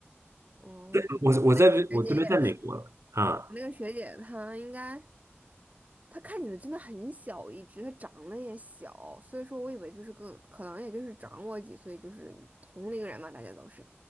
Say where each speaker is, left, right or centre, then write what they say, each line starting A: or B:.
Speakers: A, on the right (about 35°); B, on the right (about 85°).
A: 哦，
B: 对我我在我这边在美国了啊，
A: 那个学姐也是，那个学姐她应该。他看起来真的很小一只，他长得也小，所以说我以为就是更可能也就是长我几岁，就是同龄人嘛，大家都是。